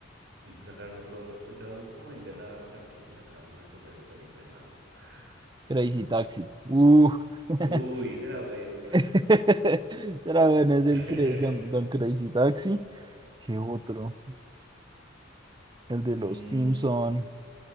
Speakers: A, on the right; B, on the right.
A: Y después sacaron otro, empezaron como a vender la franquicia y sacaban con estos juegos ahí re malos. <laughs>
B: Crazy Taxi. Uh. <laughs>
A: Uy, ese era bueno.
B: <laughs> Era bueno, es el
A: <laughs>
B: cra- Don, Don Crazy Taxi. ¿Qué otro? El de
A: Mm,
B: los Simpson.